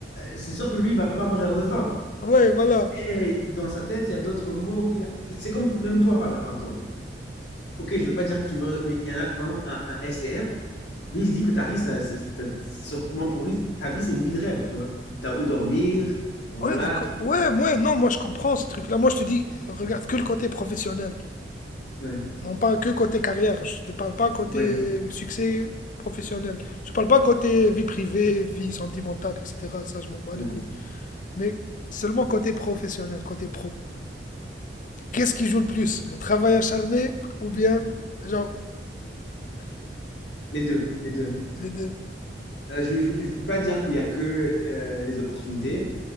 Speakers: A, on the left; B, on the left.
A: c'est sûr que lui, il va pas mourir de faim.
B: Ouais, voilà.
A: Mais dans sa tête, il y a d'autres mots qu'il a. C'est c'est comme même toi, là, par exemple. Ok, je veux pas dire que tu meurs, mais il y en a, par exemple, un, un SDF. Lui, il se dit que ta vie, ça, c'est- c'est- t'as- sûrement pour lui, ta vie, c'est une vie de rêve, tu vois. T'as où dormir, voilà.
B: Ouais, d'accord.
A: tu-
B: Ouais, ouais, non, moi je comprends ce truc-là. Moi je te dis, regarde que le côté professionnel.
A: Ouais,
B: On parle que côté carrière. Je te parle pas côté
A: ouais,
B: succès professionnel. Je parle pas côté vie privée, vie sentimentale, etc. Ça, je m'en bats
A: ouais.
B: les couilles. mais seulement côté professionnel, côté pro. Qu'est-ce qui joue le plus Le travail acharné ou bien, genre,
A: Les deux, les deux.
B: les deux
A: Euh, je, je, je peux pas dire qu'il y a que euh, les opportunités.